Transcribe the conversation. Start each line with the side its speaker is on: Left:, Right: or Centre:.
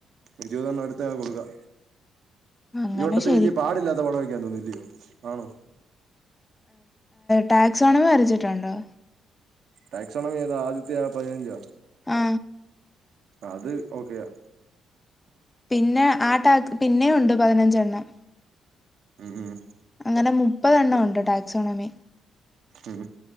Right: ഇരുപതെണ്ണം എടുത്ത് കൊടുക്കാം
Left: അങ്ങനെ
Right: ഈ വട്ടത്തെ
Left: ശരി
Right: വലിയ പാടില്ലാത്ത പടയൊക്കയാണ്തോന്ന് യ്യോആണോ
Left: ടാക്സോണവ് വരച്ചിട്ടുണ്ടോ
Right: ടാക്സോണവേതാ ആദ്യത്തെയാ പതിനഞ്ചോ
Left: ആ
Right: അത് ഓക്കെയാ
Left: പിന്നെ ആ ടാക് പിന്നെയൊണ്ട് പതിനഞ്ചെണ്ണം
Right: ഉം ഉം
Left: അങ്ങനെ മുപ്പതെണ്ണം ഉണ്ട് ടാക്സോണമി
Right: ഉം